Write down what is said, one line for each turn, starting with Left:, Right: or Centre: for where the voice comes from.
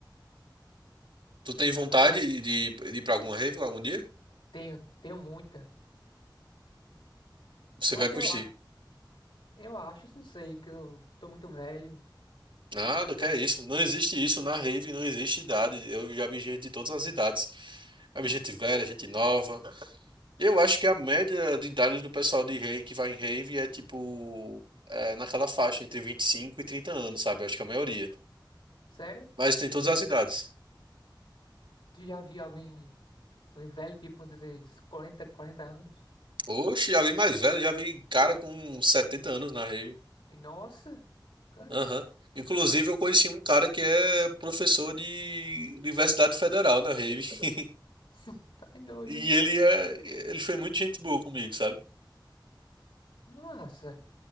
Right: Tu tem vontade
Left: Ah,
Right: de, de ir pra alguma rave algum dia?
Left: Tenho, tenho muita.
Right: Você
Left: Mas
Right: vai curtir.
Left: eu, a- eu acho, não sei, que eu tô muito velho.
Right: Nada,
Left: sa-
Right: que é isso. Não existe isso na rave, não existe idade. Eu já vi gente de todas as idades. Já vi gente velha, gente nova. Eu acho que a média de idade do pessoal de rave que vai em rave é tipo é, naquela faixa entre vinte e cinco e trinta anos, sabe? Eu acho que é a maioria.
Left: Sério?
Right: Mas tem todas as idades.
Left: Tu já viu alguém, alguém velho, tipo, vamos dizer, uns quarenta 40 anos?
Right: Oxe, já vi mais velho, já vi cara com 70 anos na rave.
Left: E, nossa! Caramba!
Right: Aham. Inclusive, eu conheci um cara que é professor de Universidade Federal na rave. <laughs>
Left: <laughs> Tá doido.
Right: E ele é, ele foi muito gente boa comigo, sabe?
Left: Massa.